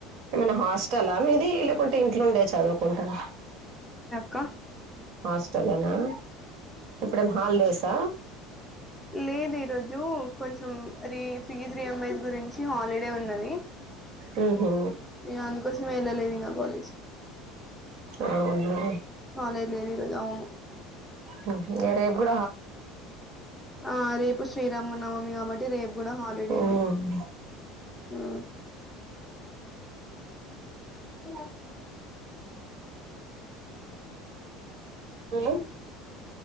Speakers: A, on the right; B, in the centre.
A: ఏమనా హాస్టల్ ఆ మీది లేకుంటే ఇంట్లోండే చదువుకుంటార
B: కా
A: హాస్టల్ ఏనా ఇప్పుడు ఏం హాలిడేసా
B: లేదు ఈరోజు కొంచెం రీ ఫీ రీ రియమ్మజ్ గురించి హాలిడే ఉన్నది
A: హ్మ్ హు
B: ఇగ అందుకోసం వెళ్ళలేదు ఇంగా కాలేజ్కి
A: అవునా
B: కాలేజ్ లేదు ఈరోజు అవును
A: హ్మ్ హు రేప్ గు
B: ఆ రేపు శ్రీరామ నవమి కాబట్టి రేపు కూడా హాలిడేనే
A: ఉమ్
B: ఆ అ
A: ఇలి